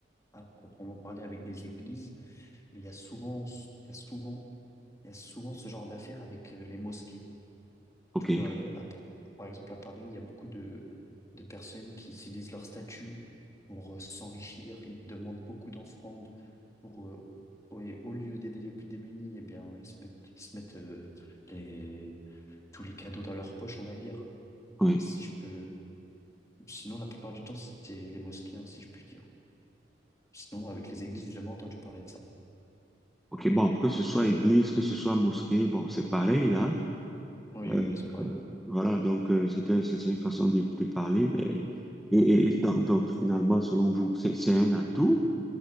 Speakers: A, on the left; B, in the centre.
A: à proprement parler avec des églises, mais il y a souvent, il y a souvent, il y a souvent ce genre d'affaires avec euh, les mosquées.
B: OK,
A: En tout cas, euh, à Pa- par exemple, à Paris, il y a beaucoup de, de personnes qui utilisent leur statut pour euh, s'enrichir. Ils demandent beaucoup d'offrandes pour, euh, au et au lieu d'aider les plus démunis, eh bien, ils se mettent, ils se mettent euh, les, tous les cadeaux dans leur poche, on va dire.
B: oui.
A: Si je peux, sinon, la plupart du temps, c'est les mosquées, hein, si je puis dire. Sinon, avec les églises, j'ai jamais entendu parler de ça.
B: OK, bon, que ce soit église, que ce soit mosquée, bon, c'est pareil là.
A: Oui,
B: Euh,
A: oui, oui, c'est pareil.
B: voilà, donc euh, c'était, c'est c'est une façon de, de parler. Mais, et et- et donc, donc, finalement, selon vous, c'est c'est un atout?